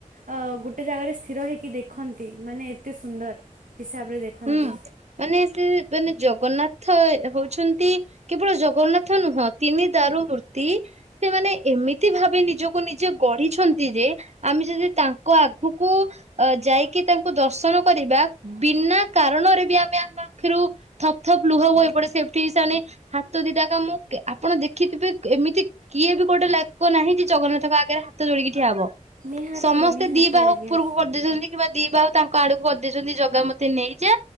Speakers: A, on the right; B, on the right.
A: ଅ ଗୋଟେ ଜାଗାରେ ସ୍ଥିର ହେଇକି ଦେଖନ୍ତି ମାନେ ଏତେ ସୁନ୍ଦର ହିସାବରେ ଦେଖନ୍ତି
B: ହୁଁ ମାନେ ସେ ମାନେ ଜଗନ୍ନାଥ ଥଏ ହଉଛନ୍ତି କେବଳ ଜଗନ୍ନାଥ ନୁହଁ ତିନି ଦାରୁ ମୂର୍ତ୍ତି ସେମାନେ ଏମିତି ଭାବେ ନିଜକୁ ନିଜେ ଗଢିଛନ୍ତି ଯେ ଆମେ ଯଦି ତାଙ୍କ ଆଗକୁ ଯାଇକି ତାଙ୍କୁ ଦର୍ଶନ କରିବା ବିନା କାରଣରେ ବି ଆମେ ଆମ ଆଖିରୁ ଥପ ଥପ ଲୁହ ବହିପଡେ ଏପଟେ ସେମାନେ ହାତ ଦିଟାକ ମୁଁ ଆପଣ ଦେଖିଥିବେ ଏମିତି କିଏ ବି ଗୋଟେ ଲାଗ ନାହିଁ ଯେ ଜଗନ୍ନାଥଙ୍କ ଆଗରେ ହାତ ଯୋଡିକି ଠିଆ ହବ
A: ନିହାତି
B: ସମସ୍ତେ
A: ନିହାତି
B: ଦି ବାହୁ
A: ଆଜ୍ଞା।
B: ଉପରକୁ କରିଦେଇଛନ୍ତି କିମ୍ବା ଦି ବାହୁ ତାଙ୍କୁ ଆଡକୁ କରିଦେଇଛନ୍ତି ଜଗା ମତେ ନେଇ ଯ